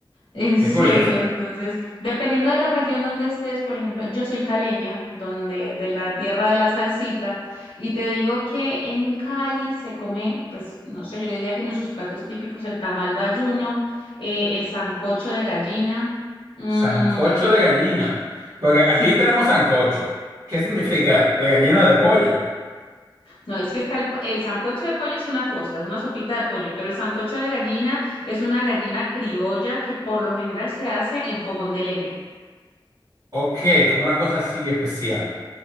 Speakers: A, on the left (about 80°); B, on the right (about 45°).
A: En
B: qué
A: serio,
B: curioso.
A: entonces, dependiendo de la región donde estés, por ejemplo, yo soy caleña, donde de la tierra de la salsita, y te digo que en Cali se come, pues, no sé, yo diría que nuestros platos típicos, el tamal bayuno, eh, el sancocho de gallina, mm,
B: Sancocho de gallina. Porque
A: sí,
B: aquí tenemos sancocho. ¿Qué significa de gallina de pollo?
A: no, es que está el, el sancocho de pollo es una cosa, una sopita de pollo, pero el sancocho de gallina es una gallina criolla que por lo general se hace en fogón de leña.
B: Ok, como una cosa así especial.